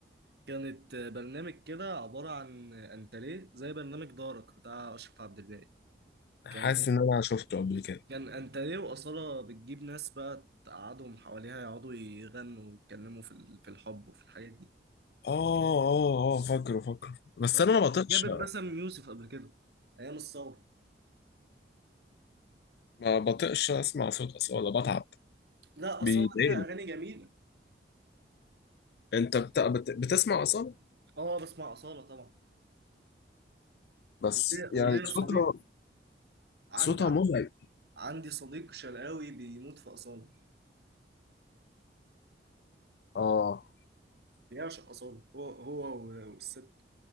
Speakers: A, on the right; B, on the left.
A: كانت برنامج كده عبارة عن أنت ليه زي برنامج دارك بتاع أشرف عبد الباقي
B: حاسس
A: كان
B: ان انا شفته قبل كده
A: كان أنت ليه وأصالة بتجيب ناس بقى تقعدهم حواليها يقعدوا يغنوا ويتكلموا في ال- في الحب وفي الحاجات دي
B: اه اه اه فاكره فاكره بس
A: وك-
B: انا ما بطيقش
A: جابت باسم يوسف قبل كده أيام الثورة
B: ما بطيقش اسمع صوت أصالة بتعب
A: لا
B: بيضايقني
A: أصالة ليها أغاني جميلة
B: انت بت... بت... بتسمع أصالة
A: أه بسمع أصالة طبعا
B: بس
A: وليا
B: يعني
A: وليا
B: صوتها
A: صديق عندي
B: صوتها مزعج
A: عندي صديق شرقاوي بيموت في أصالة
B: اه
A: بيعشق أصالة هو هو والست